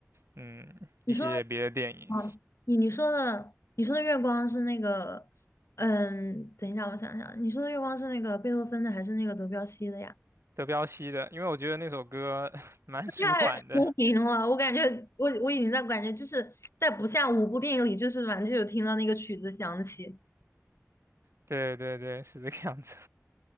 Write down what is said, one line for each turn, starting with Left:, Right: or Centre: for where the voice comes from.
Right: 嗯，一些别的电影，
Left: 你说的，嗯，你你说的，你说的月光是那个，嗯，等一下，我想想，你说的月光是那个贝多芬的还是那个德彪西的呀？
Right: 德彪西的，因为我觉得那首歌 <laughs> 蛮舒缓的。
Left: 这太出名了，
Right: <laughs>
Left: 我感觉我我已经在感觉就是在不下五部电影里，就是反正就有听到那个曲子响起。
Right: 对对对，是这个样子。